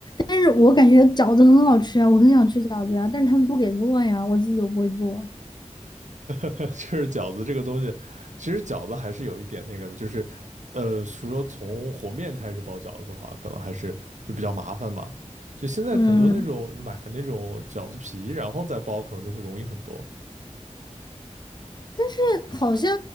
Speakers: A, on the left (about 35°); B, on the right (about 80°).
A: 但是我感觉饺子很好吃啊，我很想吃饺子呀、但是他们不给做呀，我自己又不会做。
B: <laughs> 就是饺子这个东西，其实饺子还是有一点那个的，就是呃，说从和面开始包饺子的话，可能还是就比较麻烦嘛。就现在很多那种买那种饺子皮，
A: 嗯，
B: 然后再包，可能就会容易很多。
A: 但是好像